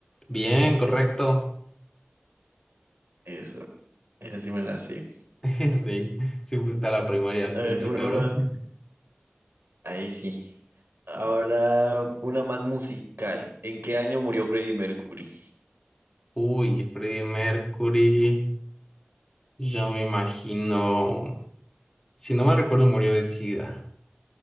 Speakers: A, on the left (about 15°); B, on the right (about 75°).
A: Bien, correcto.
B: Eso, esa sí me la sé.
A: <laughs> Sí, sí fuiste a la primaria al
B: A
A: fin
B: ver,
A: y
B: ahora,
A: al cabo.
B: ahora- ahí sí. Ahora, una más musical. ¿En qué año murió Freddie Mercury?
A: Uy, Freddie Mercury, yo me imagino, si no mal recuerdo, murió de SIDA.